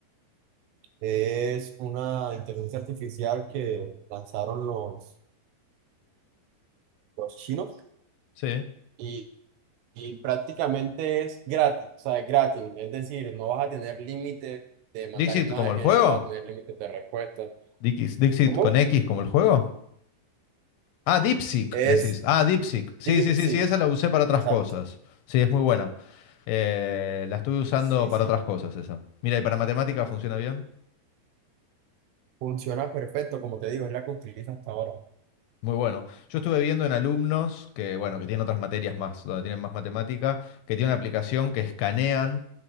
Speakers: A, on the right (about 75°); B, on the left (about 80°).
A: Es una inteligencia artificial que lanzaron los, los chinos
B: Sí.
A: y, y prácticamente es gratis, o sea, es gratis. Es decir, no vas a tener límite de mandar
B: ¿Dixit
A: imágenes,
B: como el juego?
A: no vas a tener límites de respuesta.
B: ¿Dix- ¿Dixit
A: ¿Cómo?
B: con X como el juego? Ah, DeepSeek,
A: Es
B: decís. Ah, DeepSeek. Sí,
A: DITSI,
B: sí, sí, sí, esa la usé para otras
A: exacto.
B: cosas. Sí, es muy buena. Eh, la estuve usando
A: Sí,
B: para
A: sí.
B: otras cosas esa. Mira, y para matemáticas funciona bien.
A: Funciona perfecto, como te digo, es la que utilizo hasta ahora.
B: Muy bueno. Yo estuve viendo en alumnos que, bueno, que tienen otras materias más, donde tienen más matemática, que tienen una aplicación que escanean